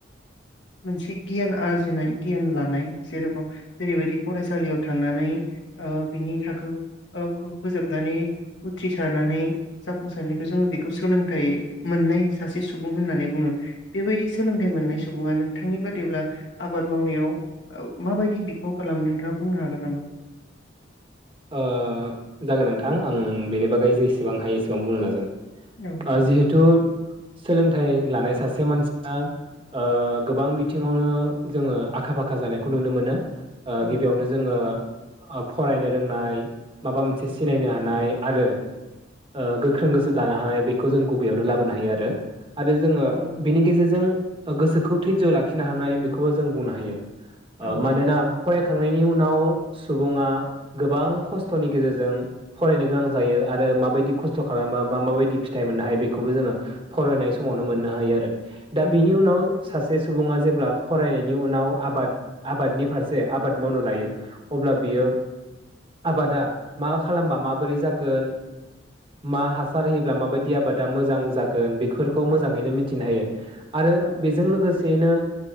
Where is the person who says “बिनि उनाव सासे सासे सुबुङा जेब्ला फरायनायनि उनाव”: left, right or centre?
Right